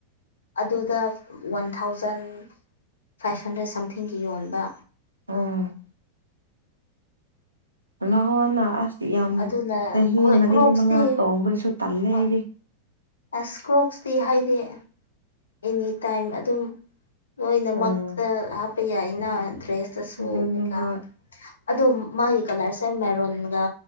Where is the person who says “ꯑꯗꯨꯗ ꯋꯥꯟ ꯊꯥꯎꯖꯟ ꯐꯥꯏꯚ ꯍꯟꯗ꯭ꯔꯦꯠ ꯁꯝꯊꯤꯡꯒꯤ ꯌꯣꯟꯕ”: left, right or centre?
Left